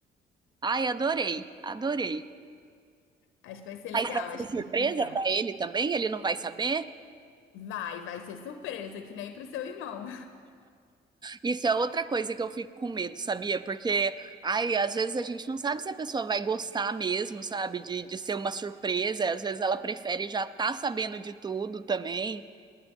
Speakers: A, on the right; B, on the left.
A: Ai, adorei, adorei.
B: Acho que vai ser
A: Mas
B: legal,
A: vai ser
B: acho que
A: surpresa
B: vai ser legal.
A: pra ele também? Ele não vai saber?
B: Vai, vai ser surpresa, que nem pro seu irmão.
A: Isso é outra coisa que eu fico com medo, sabia? Porque, ai, às vezes a gente não sabe se a pessoa vai gostar mesmo, sabe? De, de ser uma surpresa. Às vezes ela prefere já tá sabendo de tudo também.